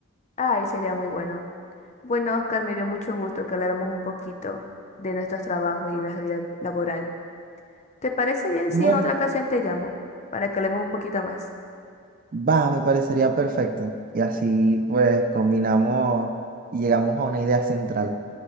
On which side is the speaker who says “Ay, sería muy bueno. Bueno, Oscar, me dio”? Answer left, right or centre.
Left